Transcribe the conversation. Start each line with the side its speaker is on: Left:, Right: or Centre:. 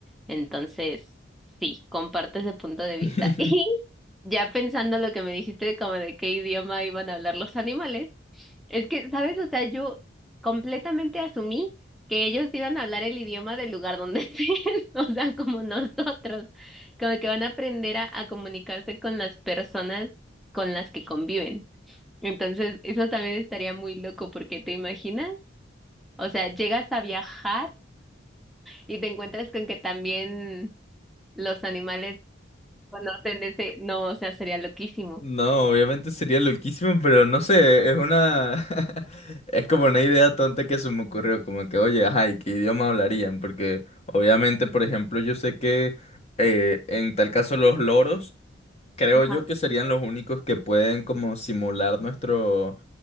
Centre: Entonces, sí, comparto ese punto de vista.
Left: <laughs>
Centre: <laughs> Y ya pensando lo que me dijiste, como de qué idioma iban a hablar los animales. Es que, ¿sabes? O sea, yo completamente asumí que ellos iban a hablar el idioma del lugar donde <laughs> estén, o sea, como nosotros, como que van a aprender a, a comunicarse con las personas con las que conviven. Entonces, eso también estaría muy loco porque te imaginas, o sea, llegas a viajar y te encuentras con que también los animales conocen ese, no, o sea, sería loquísimo.
Left: No, obviamente sería loquísimo, pero no sé, es una... <laughs> es como una idea tonta que se me ocurrió, como que, oye, ajá, ¿y qué idioma hablarían? Porque obviamente, por ejemplo, yo sé que eh, en tal caso los loros creo
Centre: Ajá.
Left: yo que serían los únicos que pueden como simular nuestro,